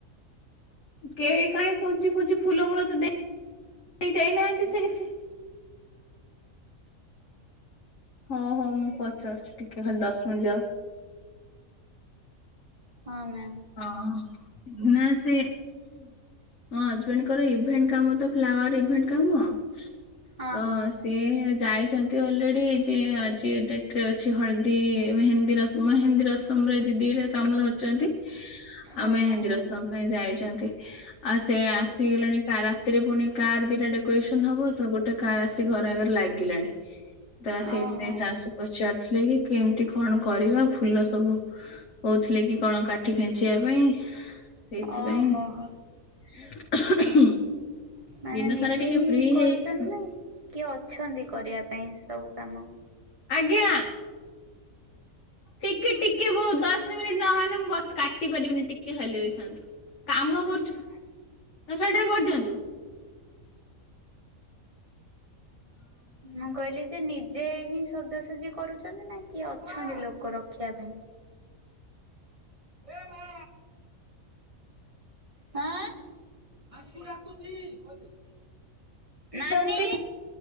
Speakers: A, on the left; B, on the right.
A: କେହି କାହିଁ କୁଞ୍ଚି ଫୁଞ୍ଚି ଫୁଲମୂଲ ତ ଦେ ଯାଇନାହାନ୍ତି ସେ କିଛି। ହଁ ହଉ, ମୁଁ ପଚାରୁଛି ଟିକେ ଖାଲି ଦଶ ମିନିଟ୍ ଯାଉ।
B: ହଁ ମ୍ୟାମ୍
A: ଅ ନା ସେ ମୋ ହଜବେଣ୍ଡଙ୍କର ଇଭେଣ୍ଟ କାମ ତ ଫ୍ଲାୱାର ଇଭେଣ୍ଟ କାମ।
B: ହଁ
A: ତ
B: ହଁ
A: ସିଏ ଯାଇଛନ୍ତି। ଅଲରେଡି ଯେ ଆଜି ଡେଟ ରେ ଅଛି, ହଳଦୀ ମେନ୍ଦୀ ରସମ ମେହେନ୍ଦୀ ରସମ ରେ ଦିଦି କାମ ଧରିଛନ୍ତି
B: ହଁ
A: ଆ ମେହେନ୍ଦୀ
B: ହଁ ହଁ।
A: ରଶମ ପାଇଁ ଯାଇଛନ୍ତି, ଆ ସେ ଆସିଗଲେଣି କା ରାତିରେ ପୁଣି କାର ଦିଟା ଡେକୋରେସନ ହବ ତ, ଗୋଟେ କାର ଆସି ଘର ଆଗରେ ଲାଗିଲାଣି, ତ ସେଇଥିପାଇଁ
B: ଓହୋ
A: ଶାଶୁ ପଛର ଥିଲେ କି କେମିତି କଣ କରିବା, ଫୁଲ ସବୁ କଉଥିଲେ କି କଣ କାଟି ଖେଞ୍ଚିବା ପାଇଁ, ସେଇଥିପାଇଁ!
B: ଓହୋ ହୋ ମାନେ
A: ଦିନ
B: ନିଜେ
A: ସାରା ଟିକେ
B: ହିଁ
A: ଫ୍ରି
B: କରୁଛନ୍ତି
A: ହେଇ
B: ନା, କିଏ ଅଛନ୍ତି କରିବା ପାଇଁ ସବୁ? କାମ ।
A: ଆଜ୍ଞା, ଟିକେ ଟିକେ ବୋଉ ଦଶ ନହେଲେ ମୁଁ କାଟି ପାରିବିନି, ଟିକେ ଖାଲି ରହିଥାନ୍ତୁ କାମ କରୁଛୁ ଦଶମିନିଟରେ କରିଦିଅନ୍ତୁ ।
B: ମୁଁ କହିଲି ଯେ ନିଜେ ହ ସଜାସଜି କରୁଛନ୍ତି ନା କି ଅଛନ୍ତି ଲୋକ ରଖିବା ପାଇଁ? ଏ ମା! ଡାଛି <unintelligible> ନାନୀ
A: କରନ୍ତି